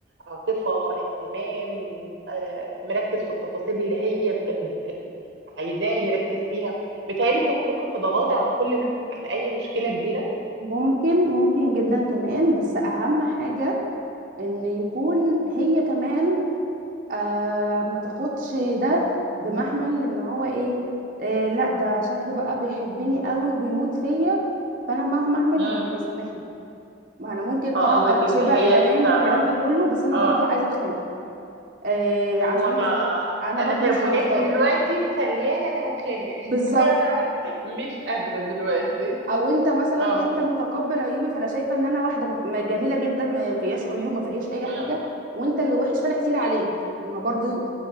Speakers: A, on the right; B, on the right.
A: عاطفة اهتمام آه، مركز في التفاصيل اللي هي مر- بت... عايزاه يركز فيها بتهيألي كانت ممكن تتغاضى عن كل ده عن اي مشكلة كبيرة
B: ممكن ممكن جدا كمان بس اهم حاجه ان يكون هي كمان آه ما تاخدش ده بمحمل ان هو ايه آه لا ده شكله بقى بيحبني قوي وبيموت فيا فانا مهما اعمل
A: مم.
B: هو هيسامحني ما انا ممكن
A: اه
B: اه
A: قصدك
B: اتشبع
A: ان هي
B: حنان
A: ت...
B: والكلام ده كله بس انا
A: اه
B: برضو عايزه اتخانق آه
A: هو
B: عشان
A: انا
B: يصالحني انا
A: انا
B: برضو
A: هرموناتي
B: مش راضياك
A: دلوقتي مخلياني انا هتخانق
B: بالظبط
A: <laughs> انا مش قادرة دلوقتي
B: او انت مثلا
A: اه
B: انت متقبل عيوبي فانا شايفه ان انا واحده مف- م- جميله جدا ما فيهاش عيوب ما فيهاش اي
A: اه
B: حاجه وانت اللي وحش فانا كتير عليك ما هو برضو